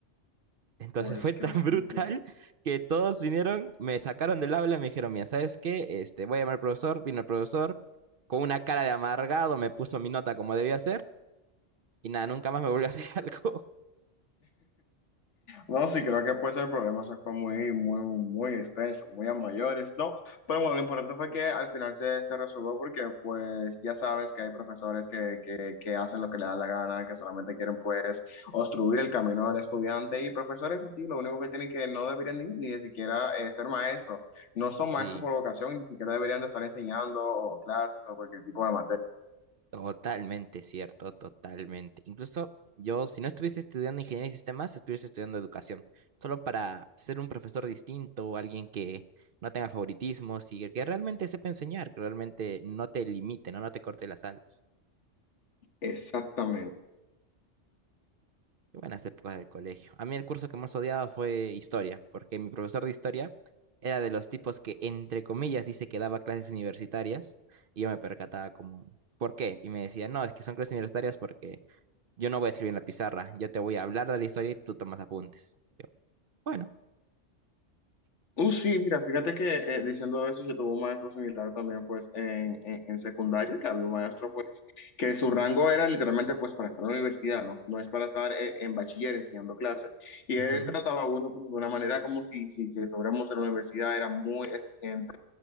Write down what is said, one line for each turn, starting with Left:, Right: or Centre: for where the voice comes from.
Right: Entonces
Left: pues
Right: fue
Left: que
Right: tan <laughs>
Left: sí.
Right: brutal que todos vinieron, me sacaron del aula y me dijeron, mira, ¿sabes qué? Este, voy a llamar al profesor, vino el profesor, con una cara de amargado me puso mi nota como debía ser y nada, nunca más me volvió a hacer <laughs> algo.
Left: No, sí, creo que pues el problema se fue muy, muy, muy extenso, muy a mayores, ¿no? Pero bueno, lo importante fue que al final se, se resolvió porque pues ya sabes que hay profesores que, que, que hacen lo que le da la gana, que solamente quieren pues obstruir el camino del estudiante y profesores así, lo único que tienen que no deberían ni, ni de siquiera eh, ser maestros, no son
Right: Sí.
Left: maestros por vocación, ni siquiera deberían de estar enseñando o clases o cualquier tipo de materia.
Right: Totalmente cierto, totalmente. Incluso yo, si no estuviese estudiando ingeniería de sistemas, estuviese estudiando educación, solo para ser un profesor distinto, alguien que no tenga favoritismos y que realmente sepa enseñar, que realmente no te limite, no, no te corte las alas.
Left: Exactamente.
Right: Qué buenas épocas del colegio. A mí el curso que más odiaba fue historia, porque mi profesor de historia era de los tipos que, entre comillas, dice que daba clases universitarias y yo me percataba como, ¿por qué? Y me decía, no, es que son clases universitarias porque... yo no voy a escribir en la pizarra, yo te voy a hablar de la historia y tú tomas apuntes. Yo, bueno.
Left: Uh, sí, mira, fíjate que eh, diciendo eso, yo tuve un maestro similar también, pues, en, en, en secundaria, que había un maestro, pues, que su rango era literalmente, pues, para estar en la universidad, ¿no? No es para estar eh, en bachiller enseñando clases. Y él
Right: ujú,
Left: trataba
Right: <laughs>
Left: a uno como de una manera como si, si, si estuviéramos en la universidad, era muy exigente.